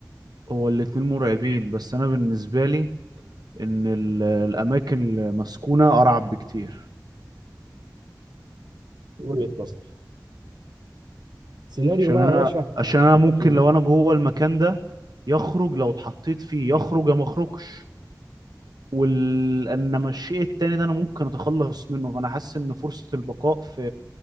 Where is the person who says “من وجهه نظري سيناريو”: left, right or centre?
Right